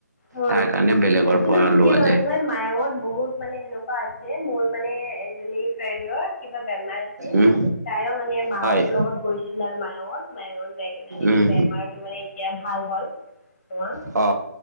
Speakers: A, on the left; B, on the right.
A: হয়
B: তাৰ কাৰণে বেলেগৰ
A: সেইটোতো
B: পৰা
A: ঠিকে
B: লোৱা
A: ক'লা
B: যায়
A: তোমাৰ মায়ঙত বহুত মানে সেনেকুৱা আছে মোৰ মানে এক ভনী ফ্ৰেণ্ডৰ কিবা বেমাৰ আছিল
B: উম
A: তাইও মানে মাহঁতৰ
B: হয়
A: লগত গৈছিল আৰু মায়ঙত মায়ঙত যাই কিনা সেইটো
B: উম
A: বেমাৰটো মানে এতিয়া ভাল হল অমান
B: অ